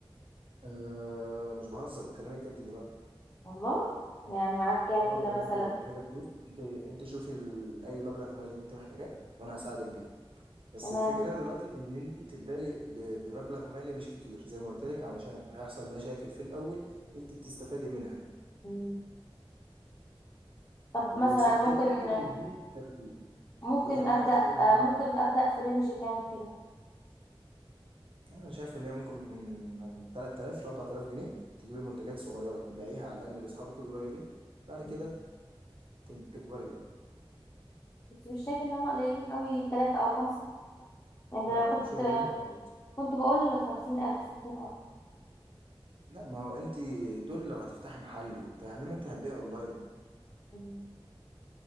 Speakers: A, on the right; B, on the left.
A: أه مش بهزر بكلمك جد دلوقتي
B: والله يعني معاك كام
A: اه
B: كده
A: بقول
B: مثلا
A: لك لو محتاجه فلوس انت انت شوفي ال... اي مبلغ مالي انت محتاجاه وانا هساعدك بيه بس
B: تمام
A: الفكره دلوقتي ان انت تبداي ب... بمبلغ مالي مش كتير زي ما قلت لك علشان هيحصل مشاكل في الاول انت بتستفادي منها
B: مم. طب
A: وسجلي
B: مثلا ممكن
A: كل جنيه انت بتاخديه
B: ممكن
A: دي اهم
B: ابدا
A: حاجه في اي مشروع
B: آه، ممكن
A: بتبدايه
B: ابدا في رينج كام كده
A: انا شايف ان هي ممكن من من 3000 ل 4000 جنيه تجيبي منتجات صغيره تبيعيها على الاقل لاصحابك القريبين بعد كده
B: مم.
A: تن- تكبري بقى
B: بس مش شايف ان هم قليلين قوي ثلاثة او خمسة يعني ده
A: لا
B: لو كنت
A: لا مش قليلين خالص
B: كنت بقول خمسين الف ستين الف
A: لا ما هو انت دول لو هتفتحي محل وبتاع انما انت هتبيع اونلاين
B: مم.